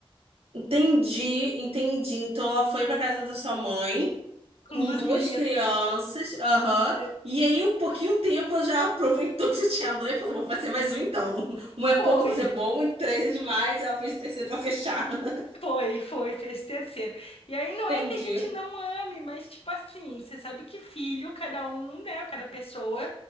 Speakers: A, on the right; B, on the left.
A: Entendi, entendi. Então ela foi pra casa da sua mãe com
B: com duas
A: duas
B: meninas.
A: crianças, aham.
B: E
A: E aí, um pouquinho tempo, ela já <laughs> aproveitou que já tinha dois e falou: vou fazer mais um então. <laughs> Um é pouco,
B: Foi,
A: dois é bom, e três é demais. E Ela fez o terceiro pra fechar. <laughs>
B: foi, foi, fez terceiro. E aí não
A: Entendi,
B: é que a gente não ame, mas, tipo assim, você sabe que filho, cada um, né, cada pessoa